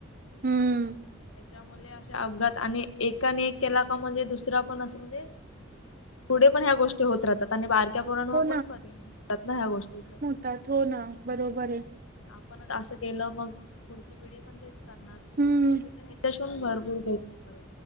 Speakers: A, on the right; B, on the left.
A: हम्म,
B: त्याच्यामुळे असे अपघात आणि एकाने एक केला का म्हणजे दुसरा पण असं म्हणजे. पुढे पण ह्या गोष्टी होत राहतात आणि बारक्या पोरांवर
A: हो
B: पण परिणाम होतात ना ह्या गोष्टीचा.
A: तात हो ना, बरोबर आहे.
B: आपणच असं केलं मग पुढची पिढी पण तेच. करणार पुढची
A: हं.
B: पिढी तर ह्याच्याहून भरपूर काहीतरी करणार.